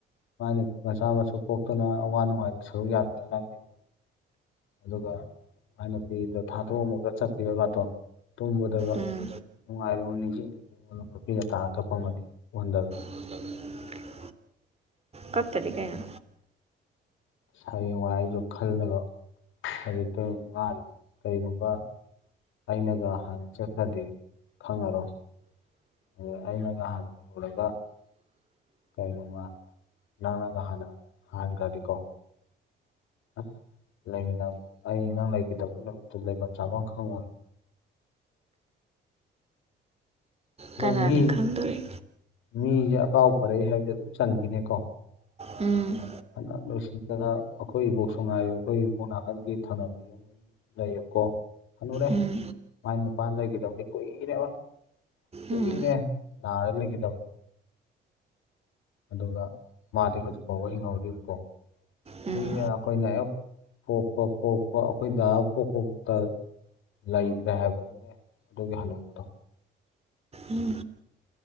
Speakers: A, on the left; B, on the right.
A: ꯃꯥꯏꯅ ꯃꯆꯥ ꯃꯁꯨ ꯄꯣꯛꯇꯅ ꯑꯋꯥ ꯅꯨꯡꯉꯥꯏꯗꯨ ꯁꯔꯨꯛ ꯌꯥꯃꯤꯟꯅ ꯂꯥꯛꯏꯅꯦ ꯑꯗꯨꯒ ꯃꯥꯏ ꯅꯨꯄꯤꯗꯣ ꯊꯥꯗꯣꯛꯑꯝꯃꯒ ꯆꯠꯄꯤꯔ ꯃꯥꯇꯣꯝ ꯇꯨꯝꯕꯗꯒ
B: ꯎꯝ
A: ꯅꯨꯡꯉꯥꯏꯔꯣꯟ ꯅꯤꯡꯖꯤꯡ ꯅꯤꯡꯖꯤꯡꯉꯒ ꯃꯄꯤꯒ ꯇꯥꯔ ꯀꯞꯄꯝꯒꯅꯤ ꯎꯍꯟꯗꯕꯤ
B: <inaudible> ꯀꯞꯇꯗꯤ ꯀꯩꯅꯣ
A: ꯍꯌꯦꯡꯋꯥꯏ ꯑꯩꯖꯨ ꯈꯜꯂꯒ ꯍꯧꯖꯤꯛꯇ ꯋꯥꯔꯤ ꯀꯔꯤꯒꯨꯝꯕ ꯑꯩꯅꯒ ꯍꯥꯟꯅ ꯆꯠꯈ꯭ꯔꯗꯤ ꯈꯪꯉꯔꯣꯏ ꯑꯗꯩ ꯑꯩꯅꯒ ꯍꯥꯟꯅ ꯂꯩꯍꯧꯔꯒ ꯀꯩꯅꯣꯝꯃ ꯅꯪꯅꯒ ꯍꯥꯟꯅ ꯍꯥꯟꯒ꯭ꯔꯗꯤꯀꯣ ꯑꯁ ꯂꯩꯃꯤꯟꯅꯕ ꯑꯩ ꯅꯪ ꯂꯩꯈꯤꯗꯕ ꯅꯨꯃꯤꯠꯇꯨ ꯂꯩꯕꯝ ꯆꯥꯕꯝ ꯈꯪꯉꯣꯏ ꯑꯗꯣ
B: ꯀꯅꯥꯅ
A: ꯃꯤ
B: ꯈꯪꯗꯣꯔꯤ
A: ꯃꯤꯖꯦ ꯑꯀꯥꯎ ꯄꯔꯩ ꯍꯥꯏꯕꯁꯦ ꯑꯗꯨꯝ ꯆꯟꯒꯤꯅꯦꯀꯣ
B: ꯎꯝ
A: ꯐꯅ ꯅꯨꯡꯁꯤꯅꯅ ꯑꯩꯈꯣꯏ ꯏꯕꯣꯛꯁꯨ ꯉꯥꯏꯔꯦ ꯑꯩꯈꯣꯏ ꯏꯕꯣꯛ ꯅꯥꯀꯟꯒꯤ ꯊꯪꯅꯕ ꯌꯨꯝꯒꯤ ꯂꯩꯌꯦꯞꯀꯣ ꯍꯟꯅꯨꯔꯦ
B: ꯎꯝ
A: ꯃꯥꯏ ꯅꯨꯄꯥ ꯂꯩꯒꯤꯗꯕꯗꯤ ꯀꯨꯏꯔꯦꯕ ꯀꯨꯏꯔꯦ
B: ꯎꯝ
A: ꯅꯥꯔ ꯂꯩꯒꯤꯗꯕ ꯑꯗꯨꯒ ꯃꯥꯗꯤ ꯍꯧꯖꯤꯛꯐꯥꯎꯕ ꯍꯤꯡꯍꯧꯔꯤꯕꯀꯣ
B: ꯎꯝ
A: ꯀꯨꯏꯅ ꯑꯈꯣꯏꯅ ꯍꯦꯛ ꯄꯣꯛꯄ ꯄꯣꯛꯄ ꯑꯩꯈꯣꯏꯗ ꯇꯥ ꯄꯣꯛꯄꯕꯨꯛꯇ ꯂꯩꯇ꯭ꯔꯦ ꯍꯥꯏꯕꯅꯤꯅꯦ ꯑꯗꯨꯒꯤ ꯍꯟꯅꯨꯕꯗꯣ
B: ꯎꯝ